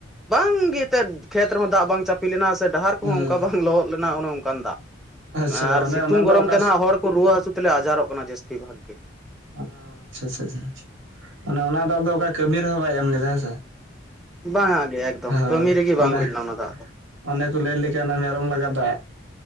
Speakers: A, in the centre; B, on the right.
A: ᱵᱟᱝᱜᱮ ᱮᱛᱮᱫ ᱠᱷᱮᱛ ᱨᱮᱦᱚᱸ ᱫᱟᱜ ᱵᱟᱝ ᱪᱟᱯᱤ ᱞᱮᱱᱟ ᱥᱮ ᱰᱟᱦᱟᱨ ᱠᱚᱦᱚᱸ
B: ᱦᱩᱸ
A: ᱚᱱᱠᱟ ᱵᱟᱝ ᱞᱚᱦᱚᱫ ᱞᱮᱱᱟ ᱚᱱᱮ ᱚᱱᱠᱟᱱ ᱫᱟᱜ
B: ᱟᱪᱪᱷᱟ
A: ᱟᱨ
B: ᱢᱟᱱᱮ
A: ᱥᱤᱛᱩᱝ
B: ᱚᱱᱟ ᱫᱚ
A: ᱜᱚᱨᱚᱢ
B: ᱚᱠᱟ
A: ᱛᱮ
B: ᱟᱪᱪᱷᱟ
A: ᱱᱟᱦᱟᱜ ᱦᱚᱲ ᱠᱚ ᱨᱩᱣᱟᱹ ᱦᱟᱹᱥᱩ ᱞᱮ ᱟᱡᱟᱨᱚᱜ ᱠᱟᱱᱟ ᱡᱟᱹᱥᱛᱤ ᱵᱷᱟᱜ ᱜᱮ
B: ᱟᱪ ᱪᱷᱟᱼᱪᱷᱟ ᱚᱱᱟ ᱫᱟᱜ ᱫᱚ ᱚᱠᱟ ᱠᱟᱹᱢᱤ ᱨᱮᱦᱚᱸ ᱵᱟᱭ ᱮᱢ ᱞᱮᱫᱟ ᱦᱮᱸ ᱥᱮ
A: ᱵᱟᱝᱟᱜ ᱜᱮ ᱮᱠᱫᱚᱢ
B: ᱦᱳᱭ
A: ᱠᱟᱹᱢᱤ ᱨᱮᱜᱮ ᱵᱟᱝ
B: ᱚᱱᱮ
A: ᱦᱩᱭ ᱞᱮᱱᱟ ᱚᱱᱟ ᱫᱟᱜ ᱫᱚ
B: ᱚᱱᱮ ᱠᱚ ᱞᱟᱹᱭ ᱞᱮ ᱡᱮ ᱚᱱᱮ ᱢᱮᱨᱚᱢ ᱞᱟᱜᱟ ᱫᱟᱜ